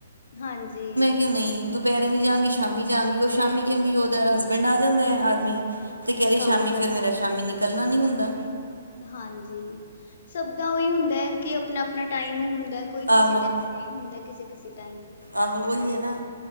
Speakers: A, on the left (about 50°); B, on the right (about 85°).
A: ਹਾਂਜੀ।
B: ਨਈਂ ਦੁਪੈਰੇ ਨੀ ਜਾਂਗੀ ਸ਼ਾਮੀ ਜਾਂਗੀ, ਓ ਸ਼ਾਮੀ ਕੈਂਦੀ ਓਦਾ ਹਸਬੈਂਡ ਆ ਜਾਂਦੈ, ਆਦਮੀ ਤੇ
A: ਫਿਰ
B: ਕੈਰੀ
A: ਕੰਮ
B: ਸ਼ਾਮੀ
A: ਕਰਨਾ
B: ਫੇਰ ਮੇਰਾ
A: ਪੈਂਦਾ
B: ਸ਼ਾਮੀ, ਨਿਕਲਨਾ ਨੀ ਹੁੰਦਾ।
A: ਹਾਂਜੀ, ਸਬ ਦਾ ਓਈ ਹੁੰਦੈ, ਕਿ ਅਪਨਾ-ਅਪਨਾ ਟਾਈਮ ਹੁੰ ਦੈ, ਕੋਈ ਕਿਸੀ
B: ਆਹੋ
A: ਟਾਈਮ ਫ੍ਰੀ ਹੁੰਦੈ, ਕਿਸੀ-ਕਿਸੀ ਟਾਈਮ।
B: ਆਹੋ ਓਈ ਏ ਨਾ,